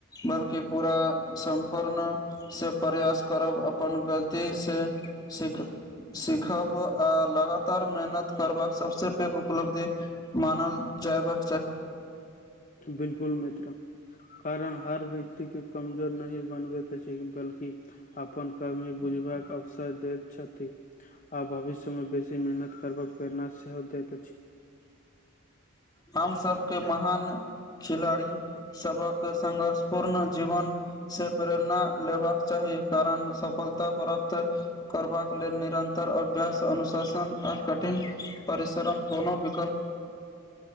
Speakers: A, on the left; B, on the left.
A: बल्कि पूरा सम्पूर्णसँ प्रयास करब अपन गलतीसँ सीख सिखब अ लगातार मेहनत करबाक सभसँ पैघ उपलब्धि मानल जएबाक
B: बिलकुल मित्र कारण हर व्यक्त के कमजोर नहि बनबैत अछि बल्कि अपन कमी बुझबाक अवसर दैत छथि। आ भविष्य मे बेसी मेहनत करबाक प्रेरणा सेहो दैत अछि।
A: हमसभके महान खिलाड़ी सबक संघर्ष पूर्ण जीवन से प्रेरणा लेबाक चाही कारण सफलता प्राप्त करबाक लेल निरन्तर अभ्यास अनुशासन आ कठिन परिश्रम कोनो भी